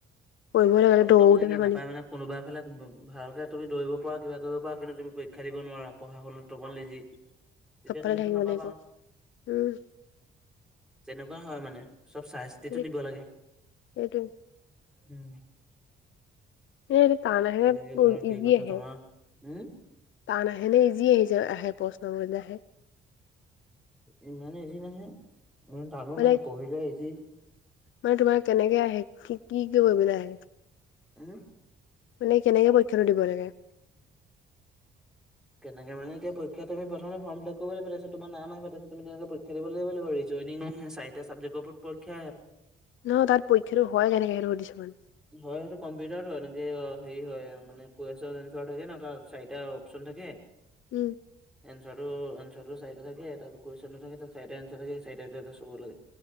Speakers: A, on the left (about 75°); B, in the centre.
A: কৰিবই লাগে
B: কষ্ট
A: দৌৰোতে
B: মানে কি
A: ধেমালি
B: নাপায় মানে কোনোবা ফালে ভালকে তুমি দৌৰিব পৰা কিবা কৰিব পৰা কিন্তু তুমি পৰীক্ষা দিব নোৱাৰা পঢ়া শুনা অলপমান লেজি তেতিয়া
A: চব ফালে
B: তুমিতো
A: থাকিব
B: নাপাবা
A: লাগিব
B: ন
A: উম
B: তেনেকুৱা হয় মানে চব চাই চিতিটো
A: সেই
B: দিব লাগে
A: সেইটো
B: উম
A: এই টান আহে
B: কেনেকে কৰা কি
A: ইজি
B: কথা
A: আহে
B: তোমাৰ উম
A: টান আহে নে ইজি আহিছে আহে প্ৰশ্ন বোৰ আহে
B: ইমানে ইজি নাহে ইমান টানো
A: মানে
B: নাহে পঢ়িলে ইজি
A: মানে তোমাৰ কেনেকে আহে কি কি কৰিবলৈ আহে
B: উম
A: মানে কেনেকে পৰীক্ষাটো দিব লাগে
B: কেনেকে মানে এতিয়া পৰীক্ষা তুমি প্ৰথমে ফ্ৰম ফিলাব কৰিব লাগিব তাৰপিছত তোমাৰ নাম আহিব তাৰপিছত তুমি তেনেক পৰীক্ষা দিব লাগিব ৰিজ জইনিংত হে চাৰিটা চাবজেক্টৰ ওপৰত পৰীক্ষা আহে
A: নহয় তাত পৰীক্ষাটো হয় কেনেকে সেইটো সুধিছো মানো
B: হয় সেইটো কম্পিউটাৰত হয় এ এনেকে অ হেৰি হয় মানে কুৱেশ্যন এনচাৰ থাকে ন তাত চাৰিটা অপচন থাকে
A: উম
B: এনচোৱাটো এনচোৱাটো চাইডে থাকে তাত কুৱেশ্যনটো থাকে চাৰিটা এনচাৰ থাকে চাৰিটাৰ এটা চুব লাগে